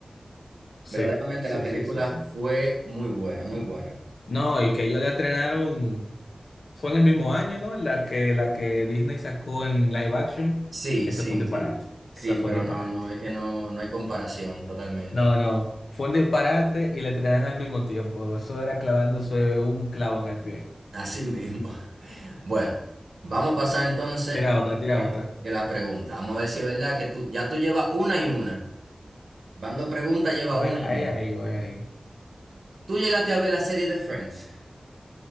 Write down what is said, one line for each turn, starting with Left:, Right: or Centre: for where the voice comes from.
Left: Sí,
Right: Verdaderamente
Left: sí,
Right: la película
Left: sí, sí, sí.
Right: fue muy buena, muy buena.
Left: No, y que ellos la estrenaron, fue en el mismo año, ¿no? La que, la que Disney sacó en live action,
Right: Sí,
Left: ese
Right: sí,
Left: fue un disparate,
Right: sí. Sí,
Left: ese fue
Right: pero
Left: un disparate.
Right: no, no, es que no, no hay comparación totalmente.
Left: No, no, fue un disparate y la estrenaron al mismo tiempo, eso era clavándose un clavo en el pie.
Right: Así mismo. <laughs> Bueno, vamos a pasar entonces
Left: Tira
Right: a
Left: otra, tira
Right: otra
Left: otra.
Right: de las preguntas. Vamos a ver si es verdad que tú, ya tú llevas una y una. Bando preguntas, lleva
Left: Voy
Right: una y
Left: ahí,
Right: una.
Left: ahí, voy ahí.
Right: ¿Tú llegaste a ver la serie de Friends?